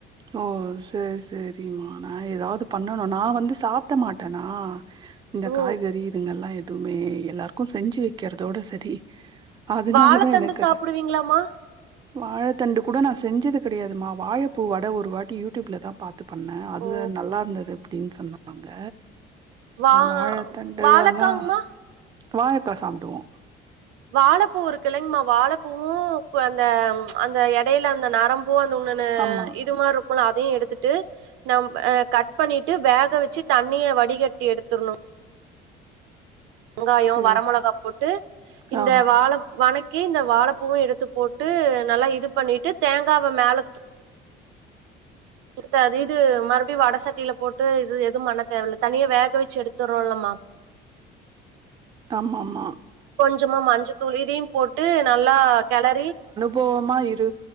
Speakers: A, on the right; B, on the right.
A: ஓ சரி சரிம்மா நான் ஏதாவது பண்ணனும் நான் வந்து சாப்பிட மாட்டேனா இந்த
B: ஓ
A: காய்கறி இதுங்க எல்லாம் எதுவுமே எல்லாருக்கும் செஞ்சு வைக்கிறதோட செரி அதனாலதான்
B: வாழத்தண்டு
A: எனக்
B: சாப்டுவீங்களாமா
A: அது வாழைத்தண்டு கூட நான் செஞ்சது கிடையாதுமா வாழைப்பூ வடை ஒரு வாட்டி யூடியூப்ல தான் பாத் து பண்ண அது
B: ஓ
A: நல்லா இருந்தது அப்டின்னு சொன்னாங்க
B: வா
A: வாழைத்தண்டுகள்ல்லாம்
B: வாழக்காங்மா
A: வாழைக்காய் சாப்பிடுவோம்
B: வாழைப்பூ ஒரு கிழங்மா வாழைப்பூவும் அந்த அந்த இடையில அந்த நரம் அப்போ அந்த உண்ணு
A: ஆமா.
B: இது மாரி இருக்கும் அதையும் எடுத்துட்டு நம் ஆ க ட்பண்ணிட்டு வேக வச்சு தண்ணியை வடிகட்டி எடுத்துடணும் வெங்காயம்
A: சரி,
B: வர மொளகா
A: சரி.
B: போட்டு இந்த
A: ஆ
B: வாழ வணக் இந்த வாழைப்பூவும் எடுத்து போட்டு நல்லா இது பண்ணிட்டு தேங்காவ மேல து இது மறுபடியும் வடை சட்டியில போட்டு இது எதுவும் பண்ண தேவையில்ல தனியே வேக வச்சு எடுத்தறோம் ல மா
A: ஆமா ஆமா
B: கொஞ்சமா மஞ்சள்த்தூள் இதையும் போட்டு நல்லா கிளறி
A: போவமா இரு